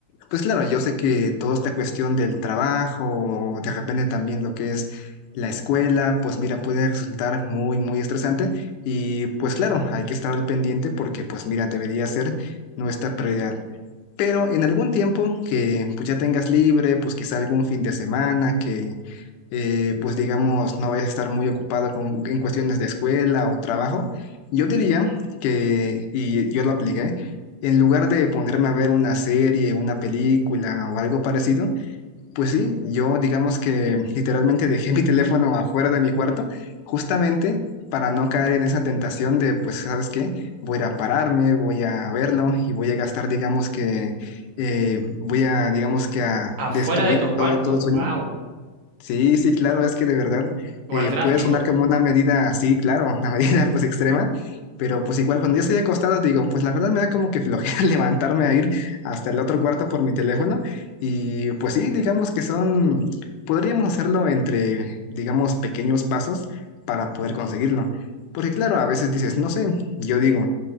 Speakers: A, on the left; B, on the right.
A: pues claro, yo sé que toda esta cuestión del trabajo, de repente también lo que es la escuela, pues mira, puede resultar muy, muy estresante y pues claro, hay que estar al pendiente porque pues mira, debería ser nuestra prioridad. Pero en algún tiempo que pues ya tengas libre, pues quizá algún fin de semana que eh, pues digamos, no vayas a estar muy ocupado con, en cuestiones de escuela o trabajo, yo diría que, y yo lo apliqué, en lugar de ponerme a ver una serie, una película o algo parecido, pues sí, yo digamos que literalmente dejé mi <laughs> teléfono afuera de mi cuarto justamente para no caer en esa tentación de, pues, ¿sabes qué? Voy a ir a pararme, voy a verlo y voy a gastar, digamos que, eh, voy a, digamos que a
B: Afuera
A: destruir
B: de tu cuarto,
A: todo, todo el
B: wow,
A: sueño Sí, sí, claro, es que de verdad
B: igual
A: eh,
B: drástico.
A: puede sonar como una medida, sí, claro, una <laughs> medida pues extrema, pero pues igual cuando yo estoy acostado digo, pues la verdad me da como que flojera <laughs> levantarme a ir hasta el otro cuarto por mi teléfono y pues sí, digamos que son, podríamos hacerlo entre, digamos, pequeños pasos para poder conseguirlo, porque claro, a veces dices, no sé, yo digo.